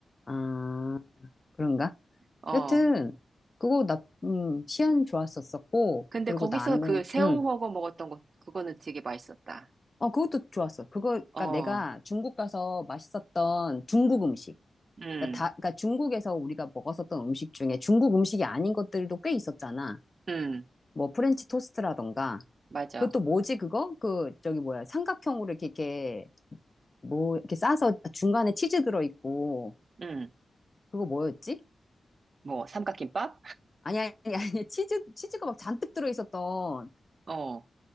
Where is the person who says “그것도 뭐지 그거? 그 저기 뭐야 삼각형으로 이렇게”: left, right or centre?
Left